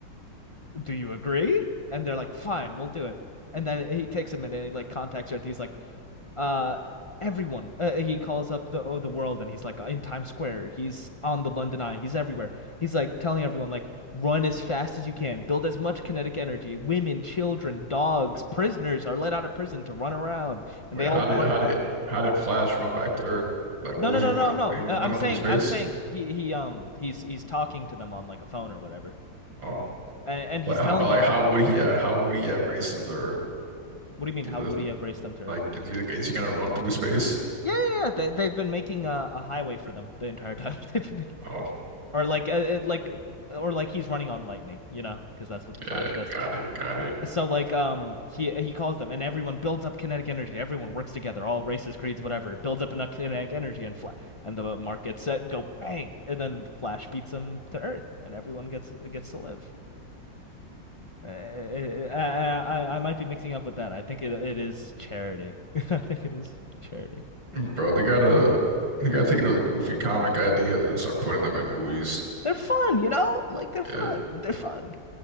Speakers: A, on the left; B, on the right.
A: "Do you agree?" And they're like, "Fine, we'll do it." And then he takes a minute and he like contacts Earth. He's like, uh everyone uh, he calls up the oh, the world and he's like uh, in Times Square he's on the London Eye he's everywhere he's like telling everyone like run as fast as you can build as much kinetic energy women children dogs prisoners are let out of prison to run around and
B: Wait,
A: they all
B: how did
A: run
B: how did how did Flash run back to Earth? Like,
A: no
B: what was
A: no no
B: he running?
A: no no
B: He
A: He-
B: was
A: uh,
B: running
A: I'm saying
B: through space.
A: I'm saying he he um he's he's talking to them on like a phone or whatever
B: Oh.
A: and, and
B: Like
A: he's
B: how,
A: telling
B: but like
A: them
B: how
A: all
B: would he have how would he have raced into Earth?
A: what do you mean
B: You
A: how
B: know,
A: would he have raced them to Earth
B: like is he, is he gonna run through space?
A: yeah yeah yeah, they, they've been making a, a highway for them the entire time <laughs> They've been
B: Oh
A: or like uh, uh, like or like he's running on lightning, you know, because that's what the
B: yeah,
A: Flash does.
B: got it, got it,
A: So like um he he calls them and everyone builds up kinetic energy. Everyone works together, all races, creeds, whatever. It builds up enough kinetic energy and fla and the mark gets set, go bang, and then Flash beats him to Earth, and everyone gets gets to live. Uh, I, I I might be mixing up with that. I think it it is charity. <laughs> I think it is charity.
B: Mm, bro. They gotta they gotta take those goofy comic ideas and start putting them in movies.
A: They're fun, you know? Like they're fun.
B: Yeah,
A: They're fun.